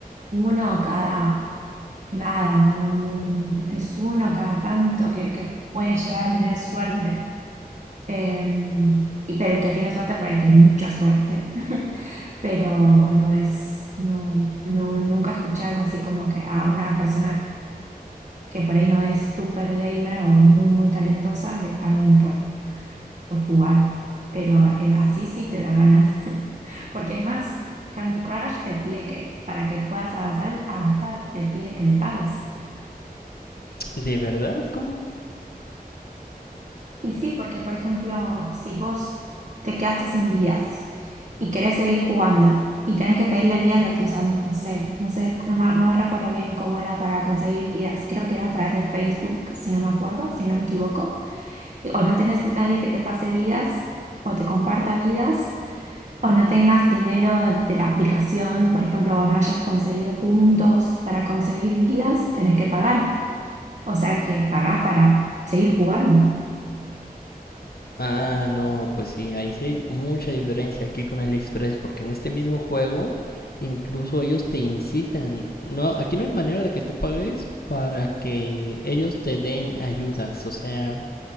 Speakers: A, on the right; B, on the left.
A: uno cada nada, no, no, es uno cada tanto que, que puede llegar a tener suerte. Eh, y, pero el que tiene suerte por ahí tiene mucha suerte, <laughs> pero no es, no, no, nunca escuché algo así como que a una persona que por ahí no es super gamer o muy, muy talentosa le paguen por por jugar, pero eh, así sí te da ganas, <laughs> porque es más, Candy Crush te pide que, para que puedas avanzar, hasta te pide que le pagues.
B: ¿De verdad? ¿Cómo,
A: Y sí, porque por ejemplo, si vos te quedaste sin vidas y querés seguir jugando y tenés que pedirle vidas a tus amigos, no sé, no sé, no, me- no recuerdo bien cómo era para conseguir vidas, creo que era a través de Facebook, si no me acuerdo, si no me equivoco, Y- o no tenés nadie que te pase vidas o te comparta vidas o no tengas dinero de la aplicación, por ejemplo, o no hayas conseguido puntos para conseguir vidas, tenés que pagar. O sea que pagás para seguir jugando.
B: Ah, no, pues sí, ahí sí hay mucha diferencia aquí con AliExpress, porque en este mismo juego incluso ellos te incitan. No, aquí no hay manera de que tú pagues para que ellos te den ayudas. O sea,